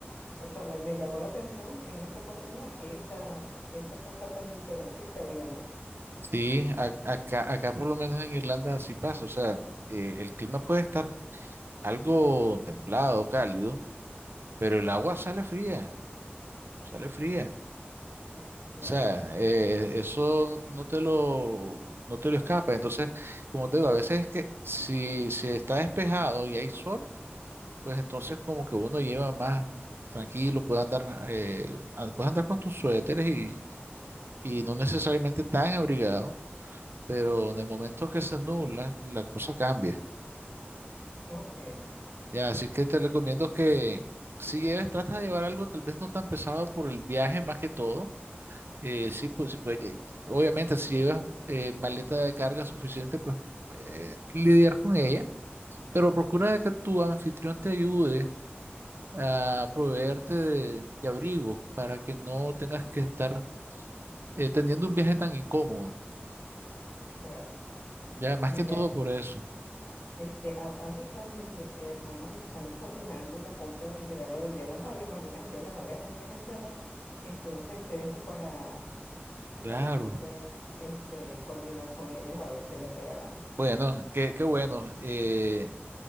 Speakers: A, on the left (about 65°); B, on the right (about 65°).
A: O sea, me, me llamó la atención en esa oportunidad esa, esa cosa tan diferente que había, ¿no?
B: sí,
A: Este,
B: a- acá, acá por lo menos en Irlanda así pasa, o sea, eh, el clima puede estar algo templado, cálido, pero el agua sale fría, sale fría,
A: mm, claro,
B: o sea, eh, e, eso no te lo, no te lo escapa, entonces, como te digo, a veces es que si, si está despejado y hay sol, pues entonces como que uno lleva más tranquilo, puede andar, eh, puede andar con tus suéteres y, y no necesariamente tan abrigado pero en el momento que se nubla, la cosa cambia.
A: ok,
B: Ya, así que te recomiendo que si lleves, tratas de llevar algo tal vez no tan pesado por el viaje más que todo. Eh, sí, pues, sí, pues, lle- obviamente si llevas eh, maleta de carga suficiente, pues eh, lidiar con ella, pero procura de que tu anfitrión te ayude a proveerte de, de abrigo para que no tengas que estar eh, teniendo un viaje tan incómodo.
A: claro.
B: Ya, más
A: Mira,
B: que todo por eso.
A: este, a- ahorita mis he- hermanos están coordinando la compra del regalo del Día de la Madre. Mañana es el Día de la Madre acá en Venezuela. Entonces te dejo para,
B: Claro.
A: para entonces este, coordinar con ellos a ver qué les regalamos.
B: Bueno,
A: Mm.
B: qué, qué bueno. Eh,